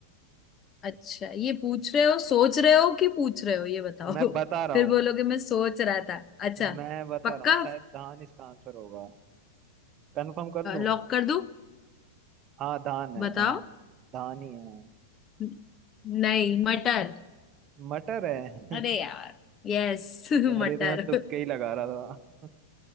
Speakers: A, on the left; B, on the right.
A: अच्छा ये पूछ रहे हो सोच रहे हो कि पूछ रहे हो ये बताओ
B: मैं बता
A: <laughs>
B: रहा
A: फिर
B: हूँ
A: बोलोगे मैं सोच रहा था अच्छा
B: मैं बता
A: पक्का
B: रहा हूँ शायद धान इसका आंसर होगा कंफर्म कर दूं
A: लॉक कर दूं
B: हाँ धान है
A: बताओ
B: धान है धान ही है
A: न- नहीं मटर
B: मटर है
A: अरे
B: <laughs>
A: यार यस <laughs>
B: यार
A: मटर
B: ये तो मैं तुक्के ही लगा रहा था